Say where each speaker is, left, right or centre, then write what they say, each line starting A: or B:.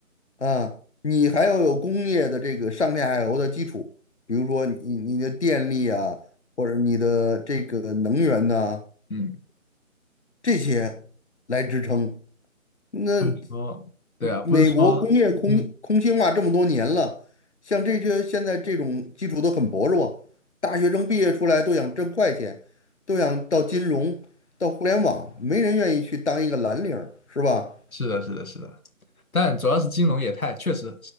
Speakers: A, on the left (about 55°); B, on the left (about 80°).
A: 啊，你还要有工业的这个上下游的基础，比如说你你的电力啊，或者你的这个能源呐、
B: 嗯，
A: 这些来支撑。那
B: 不是说，对啊，
A: 美国工业空空心化这么多年了，
B: 不是说，嗯，
A: 像这些现在这种基础都很薄弱，大学生毕业出来都想挣快钱，都想到金融、到互联网，没人愿意去当一个蓝领儿，是吧？
B: 是的是的是的，但主要是金融业态确实，